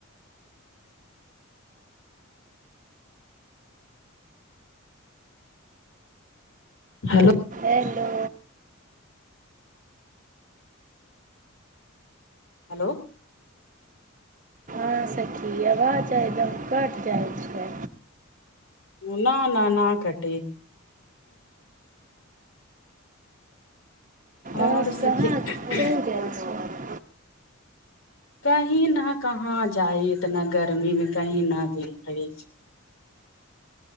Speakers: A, on the left; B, on the right.
A: हलो
B: एेलू
A: हेलो
B: अहाँसँ की आवाज एकदम कटि जाइ छै
A: न न न कटी और
B: आ
A: सखी
B: कहाँ चलि गेल छ <inaudible>
A: कहीँ ने कहाँ जाय इतना गर्मीमे कहीँ ने गेल रहै छै